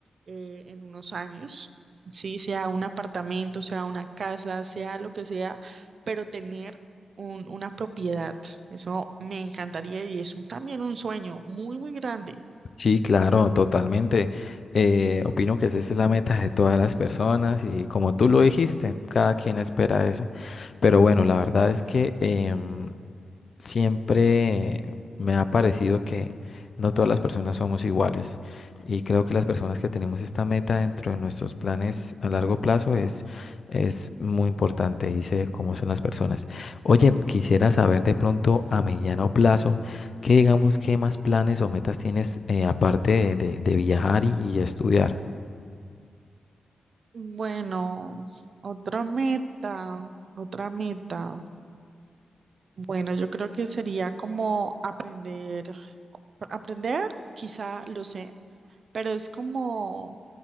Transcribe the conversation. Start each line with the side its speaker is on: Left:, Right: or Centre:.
Right: eh, en unos años, sí, sea un apartamento, sea una casa, sea lo que sea, pero tener un, una propiedad, eso me encantaría y es un- también un sueño muy, muy grande.
Left: sí, claro, totalmente. Eh, opino que esa es la meta de todas las personas y como tú lo dijiste, cada quien espera eso. Pero bueno, la verdad es que em, Siempre me ha parecido que no todas las personas somos iguales y creo que las personas que tenemos esta meta dentro de nuestros planes a largo plazo es, es muy importante, dice cómo son las personas. Oye, quisiera saber de pronto a mediano plazo, ¿qué digamos, qué más planes o metas tienes eh, aparte de, de- de viajar y, y estudiar?
Right: Bueno, otra meta, otra meta. Bueno, yo creo que sería como aprender, aprender, quizá lo sé, pero es como